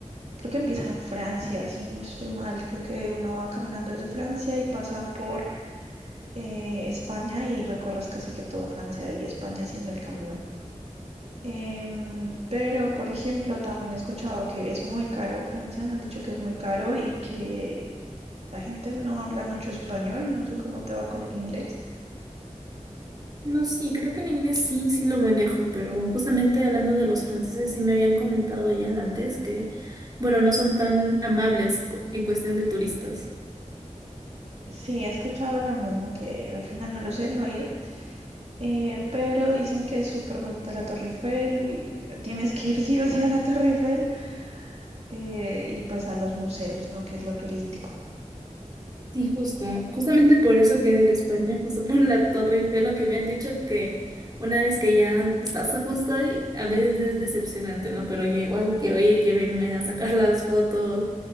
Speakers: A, on the right; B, on the right.
A: Creo que empieza en Francia, si no estoy mal. Creo que uno va caminando desde Francia y pasa por eh, España y recorres casi que todo Francia y España haciendo el camino. Em, pero, por ejemplo, también he escuchado que es muy caro Francia, me han dicho que es muy caro y que la gente no habla mucho español, no sé cómo te va con el inglés.
B: No, sí, creo que el inglés sí, sí lo manejo, pero justamente hablando de los franceses, sí me habían comentado ya antes que, bueno, no son tan amables cu- en cuestión de turistas.
A: Sí, he escuchado lo mismo que al final no lo sé, no he ido. Eh, pero dicen que es súper bonita la Torre Eiffel, tienes que ir sí o sí a la Torre Eiffel. eh, y pues a los museos, ¿no? Que es lo turístico.
B: Sí, justo, justamente por eso quería ir a España, justo por la Torre Eiffel, lo que me han dicho que una vez que ya estás justo ahí, a veces es decepcionante, ¿no? Pero yo igual quiero ir, quiero irme a sacar las fotos,